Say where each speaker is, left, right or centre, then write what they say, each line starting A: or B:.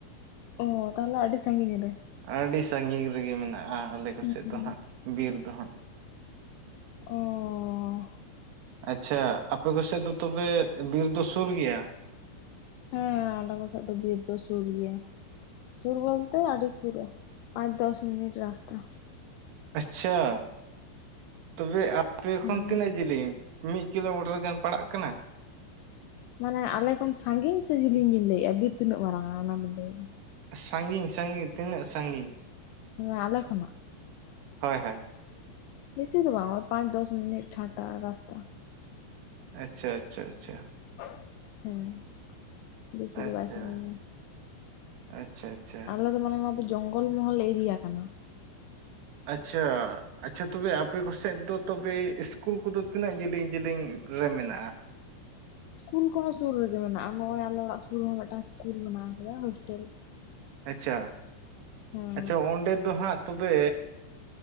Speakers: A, on the left; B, on the right.
A: ᱚᱻ ᱛᱟᱦᱚᱞᱮ ᱟᱹᱰᱤ ᱥᱟᱺᱜᱤᱧ ᱨᱮ᱾
B: ᱟᱹᱰᱤ ᱥᱟᱸᱜᱤᱧ ᱨᱮᱜᱮ ᱢᱮᱱᱟᱜ-ᱟ ᱟᱞᱮ ᱠᱚᱥᱮᱫ
A: ᱦᱩᱸ ᱦᱩᱸ
B: ᱫᱚ ᱦᱟᱸᱜ ᱵᱤᱨ ᱫᱚ ᱦᱟᱸᱜ᱾
A: ᱚᱻ
B: ᱟᱪᱪᱷᱟ ᱟᱯᱮ ᱠᱚᱥᱮᱫ ᱫᱚ ᱛᱚᱵᱮ ᱵᱤᱨ ᱫᱚ ᱥᱩᱨ ᱜᱮᱭᱟ?
A: ᱦᱮᱸ ᱟᱞᱮ ᱠᱚᱥᱮᱫ ᱫᱚ ᱵᱤᱨ ᱫᱚ ᱥᱩᱨ ᱜᱤᱭᱟ᱾ ᱥᱩᱨ ᱵᱚᱞᱛᱮ ᱟᱹᱰᱤ ᱥᱩᱨᱟ ᱯᱟᱸᱪ ᱫᱚᱥ ᱢᱤᱱᱤᱴ ᱨᱟᱥᱛᱟ᱾
B: ᱟᱪᱪᱷᱟ ᱛᱚᱵᱮ ᱟᱯᱮ
A: ᱦᱮᱸ
B: ᱠᱷᱚᱱ ᱛᱤᱱᱟᱹᱜ ᱡᱤᱞᱤᱸᱜ? ᱢᱤᱜ ᱠᱤᱞᱳᱢᱤᱴᱟᱨ ᱜᱟᱱ ᱯᱟᱲᱟᱜ ᱠᱟᱱᱟ᱾
A: ᱢᱟᱱᱮ ᱟᱞᱮ ᱠᱷᱚᱱ ᱥᱟᱺᱜᱤᱧ ᱥᱮ ᱡᱤᱞᱤᱧ ᱵᱤᱱ ᱞᱟᱹᱭᱮᱜᱼᱟ ᱵᱤᱨ ᱛᱤᱱᱟᱹᱜ ᱢᱟᱨᱟᱝ-ᱟ ᱚᱱᱟ ᱵᱤᱱ ᱞᱟᱹᱭ ᱮᱫᱟ᱾
B: ᱥᱟᱺᱜᱤᱧ ᱥᱟᱺᱜᱤᱧ ᱛᱤᱱᱟᱹᱜ ᱥᱟᱺᱜᱤᱧ᱾
A: ᱦᱮᱸ ᱟᱞᱮ ᱠᱷᱚᱱᱟᱜ᱾
B: ᱦᱳᱭ ᱦᱳᱭ᱾
A: ᱵᱤᱥᱤ ᱫᱚ ᱵᱟᱝ ᱳᱭ ᱯᱟᱸᱪ ᱫᱚᱥ ᱢᱤᱱᱤᱴ ᱦᱟᱴᱟ ᱨᱟᱥᱛᱟ᱾
B: ᱟᱪᱪᱷᱟ ᱟᱪᱪᱷᱟ ᱟᱪᱪᱷᱟ᱾
A: <inaudible>
B: ᱟᱪᱪᱷᱟ,
A: ᱫᱚ ᱵᱟᱭ ᱥᱟᱺᱜᱤᱧᱟ
B: ᱟᱪᱪᱷᱟ᱾ ᱟᱪᱪᱷᱟ
A: ᱟᱞᱮ ᱫᱚ ᱢᱟᱱᱮ ᱱᱚᱣᱟ ᱫᱚ ᱡᱚᱝᱜᱚᱞ ᱢᱚᱦᱚᱞ ᱮᱨᱤᱭᱟ ᱠᱟᱱᱟ᱾
B: ᱟᱪᱪᱷᱟ, ᱟᱪᱪᱷᱟ ᱛᱚᱵᱮ ᱟᱯᱮ ᱠᱚ ᱥᱮᱫ ᱫᱚ ᱛᱚᱵᱮ ᱤᱥᱠᱩᱞ ᱠᱚᱫᱚ ᱛᱤᱱᱟᱹᱜ ᱡᱤᱞᱤᱧ ᱡᱤᱞᱤᱧ ᱨᱮ ᱢᱮᱱᱟᱜᱼᱟ?
A: ᱤᱥᱠᱩᱞ ᱠᱚᱦᱚᱸ ᱥᱩᱨ ᱨᱮᱜᱮ ᱢᱮᱱᱟᱜᱼᱟ, ᱱᱚᱜᱚᱭ ᱟᱞᱮ ᱚᱲᱟᱜ ᱥᱩᱨ ᱨᱮᱦᱚᱸ ᱢᱤᱫᱴᱟᱝ ᱤᱥᱠᱩᱞ ᱢᱮᱱᱟᱜ ᱟᱠᱟᱫᱟ ᱦᱳᱥᱴᱮᱞ᱾
B: ᱟᱪᱪᱷᱟ,
A: ᱦᱮᱸ
B: ᱟᱪᱪᱷᱟ ᱚᱸᱰᱮ ᱫᱚ ᱦᱟᱸᱜ ᱛᱚᱵᱮ᱾